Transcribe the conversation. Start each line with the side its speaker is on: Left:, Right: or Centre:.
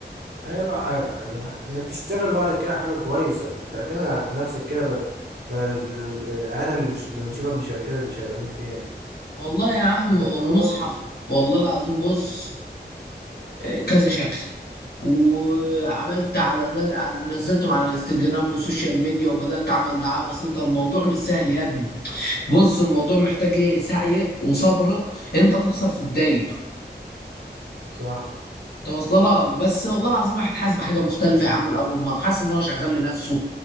Right: ايوه ع- ال- انك تشتغل لوحدك كده حاجة كويسة تعتمد على نفسك كده بدل بدل ال- ال- الاهانة اللي بش... اللي بنشوفها من الشركات اللي شغالين فيها
Left: والله يا عم
Right: آه،
Left: والمصحف والله العظيم بص آه، كذا شكل وعملت على على- نزلتهم على الانستجرام والسوشيال ميديا وبدأت أعمل دعاية بسيطة الموضوع مش سهل يا ابني بص الموضوع محتاج ايه سعي وصبر انت تخسر في بدايته
Right: صح
Left: توصل لك بس والله العظيم واحد حاسس بحاجة مختلفة يا عم الأول مرة حاسس إن هو شغال لنفسه